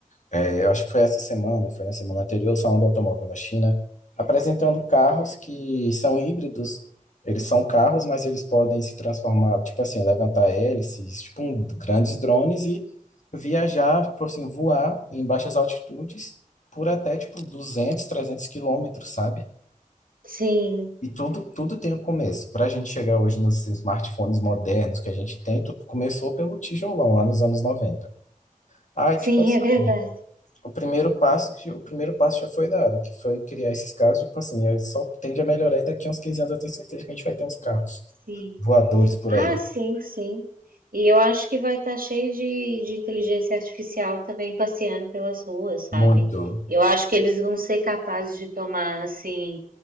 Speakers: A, on the left; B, on the right.
A: é, eu acho que foi essa semana, foi na semana anterior, o Salão do Automóvel na China, apresentando carros que são híbridos. Eles são carros, mas eles podem se transformar, tipo assim, levantar hélices, tipo um, grandes drones e viajar, tipo assim, voar em baixas altitudes por até, tipo, 200 300 quilômetros, sabe?
B: Sim,
A: E tudo, tudo tem um começo. Para a gente chegar hoje nos smartphones modernos que a gente tem, tudo começou pelo tijolão, lá nos anos noventa Aí,
B: sim,
A: tipo assim,
B: é verdade.
A: né, o primeiro passo, que- o primeiro passo já foi dado, que foi criar esses carros, tipo assim, aí só tende a melhorar e daqui a uns 15 anos eu tenho certeza que a gente vai ter uns carros
B: Sim.
A: voadores por
B: Ah,
A: aí.
B: sim, sim. E eu acho que vai estar cheio de, de inteligência artificial também passeando pelas ruas, sabe?
A: Muito.
B: Eu acho que eles vão ser capazes de tomar, assim,